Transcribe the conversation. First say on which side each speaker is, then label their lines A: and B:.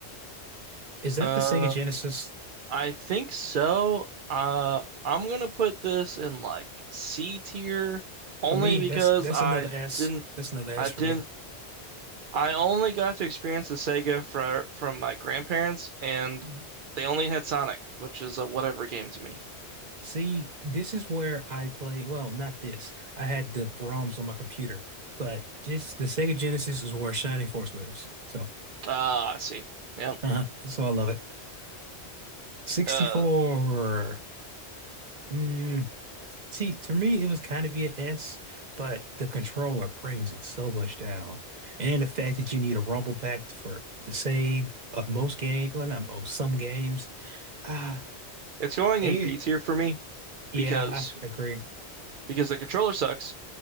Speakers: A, on the right; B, on the right.
A: Is that
B: Uh,
A: the Sega Genesis?
B: I think so. Uh, I'm gonna put this in like C tier only
A: For me,
B: because
A: that's that's
B: I
A: another S.
B: didn't,
A: That's another S
B: I
A: for
B: didn't,
A: me.
B: I only got to experience the Sega from from my grandparents, and
A: Mhm.
B: they only had Sonic, which is a whatever game to me.
A: See, this is where I play. Well, not this. I had the ROMs on my computer, but this the Sega Genesis is where Shining Force lives. So
B: Ah, I see. Yeah,
A: uh-huh. So I love it. 64.
B: Uh,
A: Mm, See, to me, it was kind of be an S, but the controller brings it so much down. And the fact that you need a rumble pack for the save of most games, well, not most, some games. Ah,
B: it's going
A: eh,
B: in B tier for me
A: yeah,
B: because
A: I f- agree.
B: because the controller sucks.